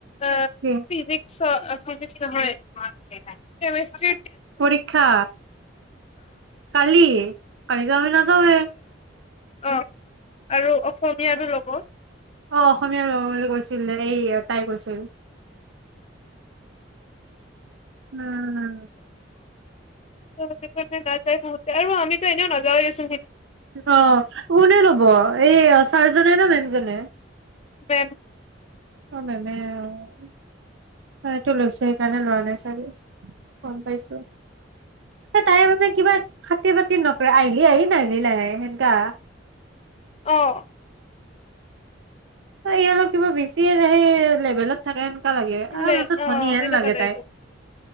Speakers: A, on the left; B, on the right.
A: অ
B: কি
A: ফিজিক্স ফিজিক্ নহয় কেমেষ্ট্ৰী
B: পৰীক্ষা কালি <unintelligible>
A: অ-আৰু <unintelligible> ল'ব
B: অ অসমীয়া লব বুলি কৈছিলে এইয়ে তাই কৈছিল। উমমম
A: <unintelligible> আমি টো এনেও নাযায়ে চো
B: অ' কোনে লব এই আছ- ছাৰজনে নে মেমজনে?
A: প্ৰেম
B: অ মেমে আৰু তায়েটো লৈছো সেইকাৰণে লোৱা নাই চাগে, গম পাইছো। হে তাইৰ বাবে কিবা একো খাতিৰ বাতিৰ নকৰে আহিলি আহিল, নাহিলি নাই হেনেকে আহ।
A: অহ
B: অ ইহঁতক কিবা বেছি <unintelligible> লেভেলত থাকেনো। সকাহ লাগে
A: বোলে
B: আহ <unintelligible>
A: অ
B: গনী হেন
A: সেনেকুৱা
B: লাগে
A: টাইপৰ
B: তাই।